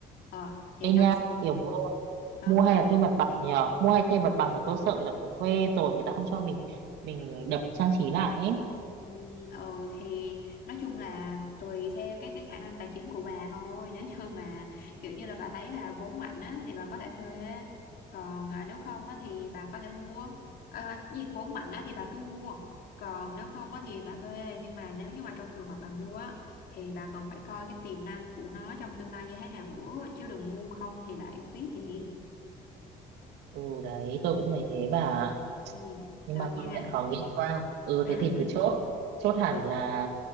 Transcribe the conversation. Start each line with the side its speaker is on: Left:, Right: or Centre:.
Left: ờ thì
Right: ê
Left: nó
Right: nha kiểu mua
Left: đó
Right: mua hay là thuê mặt bằng nhờ mua hay thuê mặt bằng thì tôi sợ là kiểu thuê rồi người ta không cho mình mình đập trang trí lại ấy.
Left: ừ, ừ thì nói chung là tùy theo cái cái khả năng tài chính của bà thôi nếu như mà kiểu như là bà thấy là vốn mạnh á thì bà có thể thuê còn à, nếu không á thì bà có thể mua à, gì vốn mạnh á thì bà cứ mua còn nếu không á thì bà thuê nhưng mà nếu như mà trong trường hợp bà mua á thì bà còn phải coi cái tiềm năng của nó trong tương lai như thế nào nữa chứ đừng mua không thì lại phí tiền
Right: ừ đấy tôi cũng thấy thế bà ạ.
Left: ừ
Right: nhưng
Left: rồi
Right: mà
Left: nha
Right: công nhận khó nghĩ quá ừ
Left: <laughs>
Right: thế thì cứ chốt chốt hẳn
Left: Ừ
Right: là